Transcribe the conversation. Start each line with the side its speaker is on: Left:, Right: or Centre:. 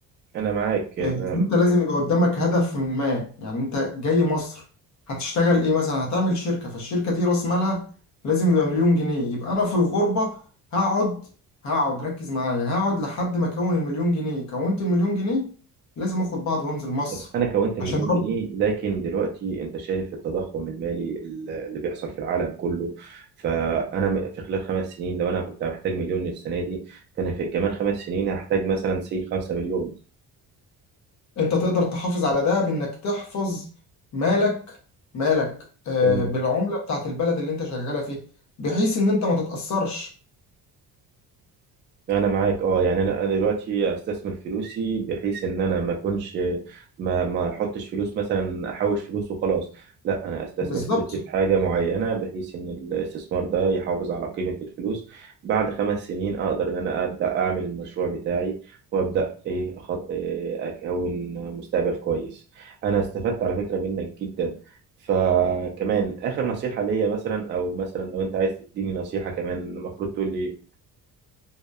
Right: أنا معاك يعني
Left: إيه، انت لازم يبقى قدامك هدف ما يعني انت جاي مصر هتشتغل ايه مثلا هتعمل شركة فالشركة دي راس مالها لازم يبقى مليون جنيه يبقى انا في الغربة هقعد هقعد ركز معايا هقعد لحد ما اكون المليون جنيه كونت المليون جنيه لازم اخد بعض وانزل مصر
Right: طب انا كونت المليون
Left: عشان
Right: جنيه
Left: رب
Right: لكن دلوقتي انت شايف التضخم المالي اللي بيحصل في العالم كله فانا م- في خلال خمس سنين لو انا كنت محتاج مليون السنه دي فانا في كمان خمس سنين هحتاج مثلا سي 5 مليون
Left: انت تقدر تحافظ على ده بانك تحفظ مالك مالك آه،
Right: تمام
Left: بالعملة بتاعت البلد اللي انت شغالة فيها بحيث ان انت ما تتأثرش
Right: انا معاك اه يعني انا انا دلوقتي استثمر فلوسي بحيث ان انا ما اكونش ما ما احطش فلوس مثلا احوش فلوس وخلاص لا انا استثمر
Left: بالظبط
Right: فلوسي في حاجه معينه بحيث ان الاستثمار ده يحافظ على قيمه الفلوس بعد خمس سنين اقدر ان انا ابدا اعمل المشروع بتاعي وابدا ايه أخط... إيه اكون مستقبل كويس انا استفدت على فكره منك جدا فكمان اخر نصيحه ليا مثلا او مثلا لو انت عايز تديني نصيحه كمان المفروض تقول لي إيه؟